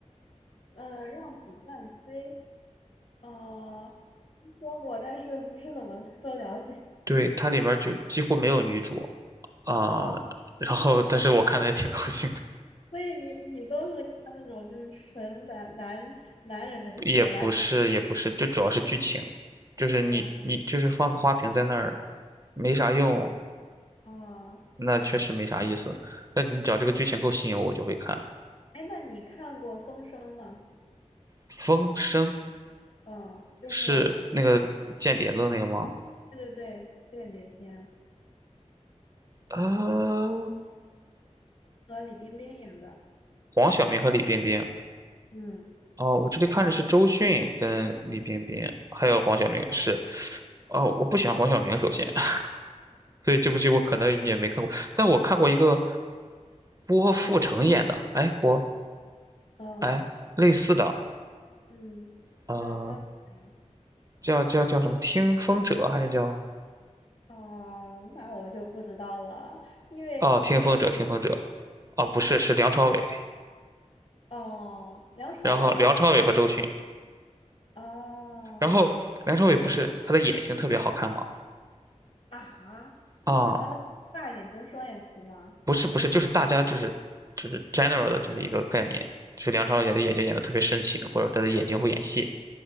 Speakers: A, on the left; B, on the right.
A: 呃让子弹飞。啊，说过，但是不是怎么多了解。
B: 对，它里面儿就几乎没有女主啊，
A: 哦，
B: 然后但是我看的也挺高兴的，
A: 你所以你你都是看那种就是纯男男男人的戏，
B: 也不是也不是，
A: 男主。
B: 就主要是剧情，就是你你就是放个花瓶在那儿，
A: 哦
B: 没啥用，
A: 啊，
B: 那确实没啥意思。那你只要这个剧情够吸引我，我就会看。
A: 哎，那你看过《风声》吗？
B: 《风声》
A: 嗯，就是嗯
B: 是那个间谍的那个吗？
A: 对对对，间谍片
B: 呃，
A: 和李冰冰演的。
B: 黄晓明和李冰冰。
A: 嗯
B: 哦，我这里看着是周迅跟李冰冰，还有黄晓明是。哦，我不喜欢黄晓明，首先，<laughs> 所以这部剧我可能也没看过，但我看过一个郭富城演的，哎，郭，
A: 嗯
B: 哎，类似的，
A: 嗯，
B: 呃，
A: 叫叫什么呀
B: 叫叫叫什么《听风者》还是叫
A: 哦，那我就不知道了，因为
B: 哦，《听风者》《听风者》哦，不是，是梁朝伟，
A: 哦，梁朝伟啊。
B: 然后梁朝伟和周迅，
A: 哦，
B: 然后梁朝伟不是他的眼睛特别好看吗？
A: 啊哈，你喜欢的大眼睛双眼皮吗？
B: 啊、不是不是，就是大家就是就是 general 的，就是一个概念，就是梁朝伟的眼睛演的特别深情，或者他的眼睛会演戏。